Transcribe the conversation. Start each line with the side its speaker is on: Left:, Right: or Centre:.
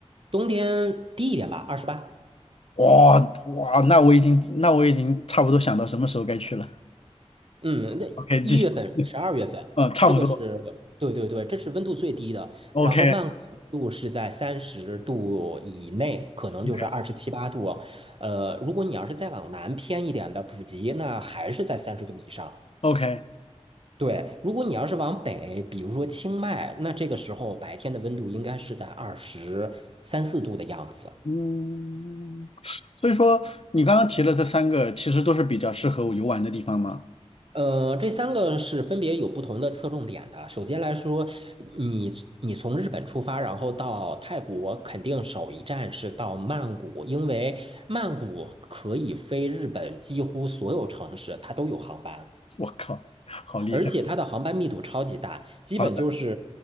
Right: 冬天低一点吧，二十八。
Left: 哇哇，那我已经那我已经差不多想到什么时候该去了。
Right: 嗯，那一月份、
Left: OK，继续，<laughs>
Right: 十二月份，
Left: 嗯，差不多。
Right: 这个是对对对，这是温度最低的。
Left: OK
Right: 然后慢谷的温度是在三十度以内，可能就是二十七八度。
Left: OK
Right: 呃，如果你要是再往南偏一点的普吉，那还是在三十度以上。
Left: OK，
Right: 对，如果你要是往北，比如说清迈，那这个时候白天的温度应该是在二十三四度的样子。
Left: 嗯，所以说你刚刚提了这三个，其实都是比较适合我游玩的地方吗？
Right: 呃，这三个是分别有不同的侧重点的。首先来说，你你从日本出发，然后到泰国，肯定首一站是到曼谷，因为曼谷可以飞日本几乎所有城市，它都有航班。
Left: 我靠，好厉害！
Right: 而且它的航班密度超级大，基本就是，
Left: 好的，